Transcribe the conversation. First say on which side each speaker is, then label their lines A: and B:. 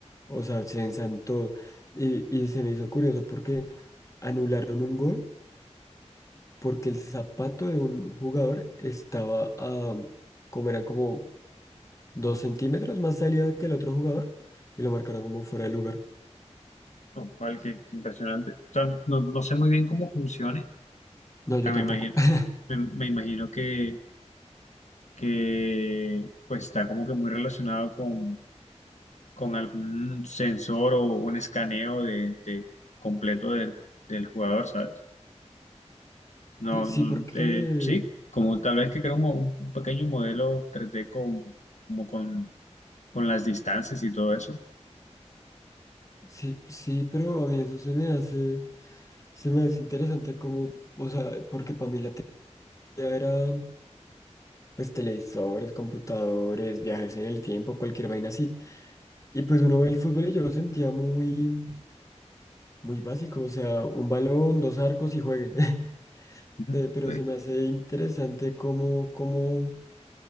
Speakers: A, on the left; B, on the left.
A: O sea, se ensantó. Y, y se me hizo curioso porque anularon un gol porque el zapato de un jugador estaba a, como eran como dos centímetros más salida que el otro jugador y lo marcaron como fuera de lugar.
B: Lo cual, qué, qué impresionante. O sea, no, no sé muy bien cómo funcione,
A: No, yo
B: pero
A: tampoco.
B: me imagino,
A: <laughs>
B: me, me imagino que, que pues está como que muy relacionado con, con algún sensor o un escaneo de, de completo del del jugador, ¿sabes? No,
A: Sí, sí,
B: mm,
A: porque
B: eh, sí, como tal vez que crea un, mo- un pequeño modelo tres d con, como con, con las distancias y todo eso.
A: sí, sí, pero a mí eso se me hace, se me hace interesante como, o sea, porque para mí la teoría era. pues televisores, computadores, viajes en el tiempo, cualquier vaina así. Y pues uno ve el fútbol y yo lo sentía muy, muy básico, o sea, un balón, dos arcos y juegue. <laughs>
B: Ujú.
A: Eh, Pero
B: Sí,
A: se me hace interesante cómo, cómo